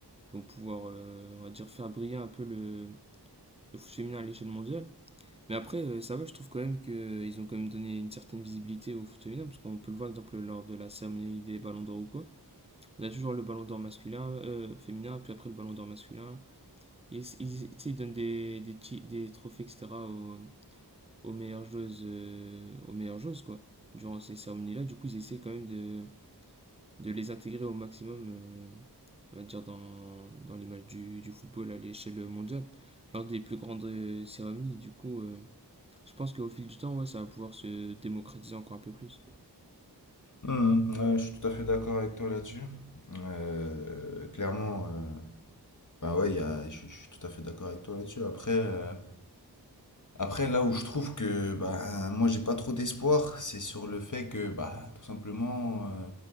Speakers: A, on the right; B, on the left.
A: Ils vont pouvoir, euh, on va dire, faire briller un peu le le foot féminin à l'échelle mondiale. Mais après, euh, ça va, je trouve quand même qu'ils ont quand même donné une certaine visibilité au foot féminin, parce qu'on peut le voir, par exemple, lors de la cérémonie des ballons d'or ou quoi. On a toujours le ballon d'or masculin, euh, féminin, puis après le ballon d'or masculin. Ils, ils, ils donnent des, des, des trophées, etc., aux, aux meilleures joueuses, euh, aux meilleures joueuses, quoi, durant ces cérémonies-là. Du coup, ils essaient quand même de, de les intégrer au maximum, euh, on va dire, dans, dans l'image du, du football à l'échelle mondiale, lors des plus grandes euh, cérémonies. Du coup, euh, je pense qu'au fil du temps, ouais, ça va pouvoir se démocratiser encore un peu plus.
B: Hum, hum, ouais, je suis tout à fait d'accord avec toi là-dessus. Euh, clairement, euh, enfin ouais, il y a- je, je suis tout à fait d'accord avec toi là-dessus. Après, euh, après là où je trouve que bah, moi j'ai pas trop d'espoir, c'est sur le fait que bah, tout simplement euh,